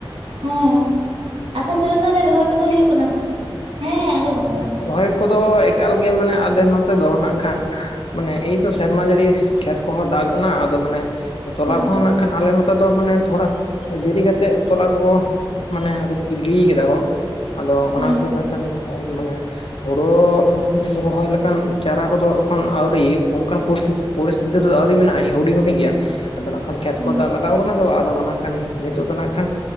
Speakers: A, on the right (about 80°); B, on the left (about 80°).
A: ᱦᱮᱸ ᱟᱯᱮ ᱥᱮᱫ ᱫᱚ ᱛᱟᱦᱚᱞᱮ ᱨᱚᱦᱚᱭ ᱠᱚᱫᱚ ᱦᱩᱭᱩᱜ ᱠᱟᱱᱟ? ᱦᱮᱸ ᱟᱸᱡᱚᱢᱚᱜ ᱠᱟᱱᱟ᱾
B: ᱨᱚᱦᱚᱭ ᱠᱚᱫᱚ ᱮᱠᱟᱞᱜᱮ ᱢᱟᱱᱮ ᱟᱞᱮ ᱱᱚᱛᱮ ᱫᱚ ᱱᱟᱜ ᱠᱷᱟᱱ ᱢᱟᱱᱮ ᱮᱭᱛ ᱥᱮᱨᱢᱟ ᱡᱟᱹᱲᱤ ᱠᱷᱮᱛ ᱠᱚᱦᱚᱸ ᱫᱟᱜ ᱮᱱᱟ ᱟᱫᱚ ᱢᱟᱱᱮ ᱛᱚᱞᱟ
A: ᱦᱮᱸ
B: ᱠᱚᱦᱚᱸ ᱱᱟᱜ ᱠᱷᱟᱱ ᱟᱞᱮ ᱱᱚᱛᱮ ᱫᱚ ᱢᱟᱱᱮ ᱛᱷᱚᱲᱟ ᱫᱮᱨᱤ ᱠᱟᱛᱮᱮᱫ ᱛᱚᱞᱟ ᱠᱚᱠᱚ ᱢᱟᱱᱮ ᱨᱟᱹᱯᱩ ᱜᱤᱰᱤ ᱠᱟᱫᱟ ᱠᱚ ᱟᱫᱚ
A: ᱦᱮᱸ
B: ᱚᱱᱟ ᱠᱷᱛᱤᱨ ᱱᱟᱜ ᱠᱷᱟᱱ ᱢᱟᱱᱮ ᱦᱳᱲᱳ ᱨᱚᱦᱚᱭ ᱞᱮᱠᱟᱱ ᱪᱟᱨᱟ ᱠᱚᱫᱚ ᱮᱠᱷᱚᱱ ᱟᱹᱣᱨᱤ ᱚᱱᱠᱟᱱ ᱯᱚᱨᱤᱥᱛᱷᱤᱛᱤ ᱯᱚᱨᱤᱥᱛᱷᱤᱛᱤ ᱨᱮᱫᱚ ᱟᱹᱣᱨᱤ ᱢᱮᱱᱟᱜᱼᱟ ᱦᱩᱰᱤᱧ ᱦᱩᱰᱤᱧ ᱜᱮᱭᱟ᱾ ᱟᱫᱚ ᱱᱟᱜ ᱠᱷᱟᱱ ᱠᱷᱮᱛ
A: ᱦᱮᱸ
B: ᱠᱚ ᱫᱟᱜ ᱞᱟᱜᱟᱣ ᱠᱟᱱᱟ ᱟ ᱟᱫᱚ ᱚᱱᱟ ᱠᱷᱟᱱ ᱱᱤᱛᱳᱜ ᱫᱚ ᱱᱟᱜ ᱠᱷᱟᱱ